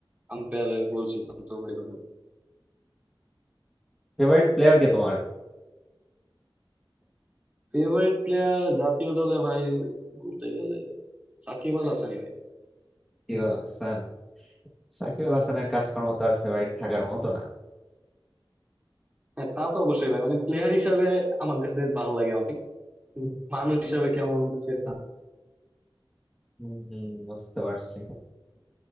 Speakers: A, on the right; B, in the centre.
A: আম্পায়ার ভুল সিদ্ধান্ত বা এরকম
B: ফেভারিট প্লেয়ার কে তোমার
A: ফেভারিট প্লেয়ার জাতীয় দলে ভাই বলতে গেলে সাকিব আল হাসানই ভাই
B: সাকিব আল হাসান সাকিব আল হাসানের কাজকর্ম তো আর ফেভারিট থাকার মতো না
A: হ্যাঁ তা তো অবশ্যই ভাই মানে প্লেয়ার হিসাবে আমার কাছে ভালো লাগে অনেক মানুষ হিসাবে কেমন সে
B: হম বুঝতে পারছি